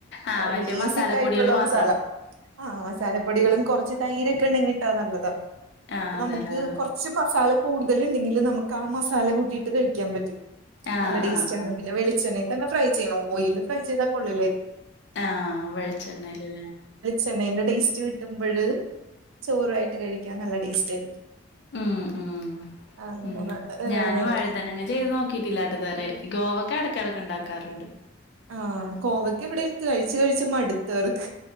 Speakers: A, on the left; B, on the right.
A: ആഹ് മറ്റേ
B: ബേസിക്
A: മസാലപ്പൊടികള്
B: ആയിട്ടുള്ള
A: മാത്രം
B: മസാല ആഹ് മസാലപ്പൊടികളും കുറച്ച് തൈരൊക്കെ ഉണ്ടങ്കിൽ നല്ലത
A: ആഹ്
B: അപ്പൊ
A: അതെല്ലേ
B: നമുക്ക് കുറച്ച് പക്ഷെ മസാല കൂടുതല ഉണ്ടെങ്കിൽ നമുക്ക് ആ മസാല കൂട്ടിയിട്ട് കഴിക്കാൻ പറ്റും
A: ആഹ്
B: നല്ല ടേസ്റ്റ്
A: ആഹ് ആഹ്
B: ആണ് പിന്നെ വെളിച്ചെണ്ണെ തന്നെ ഫ്രൈ ചെയ്യണം ഓയില് ഫ്രൈ ചെയ്താൽ കൊള്ള
A: ആഹ് വെളിച്ചെണ്ണേൽ ലെ
B: ചെണ്ണേന്റെ ടേസ്റ്റ് കിട്ടുമ്പോഴ ചോറുയിട്ട് കഴിക്കാൻ നല്ല ടേസ്റ്റ് ആയിരിക്കും
A: ഉമ് ഉമ്
B: അങ്ങനെ
A: ഉമ്
B: ഏഹ്
A: ഞാനും വഴ അതങ് ചെയ്ത് നോക്കിയിട്ടില്ലാട്ട ഇതുവരെ ഗോവക്കെ ഇടക്കിടക്ക ഉണ്ടാക്കാറുണ്ട്
B: ആഹ് കോവയ്ക്ക് എവിടെ ടുത്ത് കഴിച്ചു കഴിച്ച മടുത്തേർക്ക്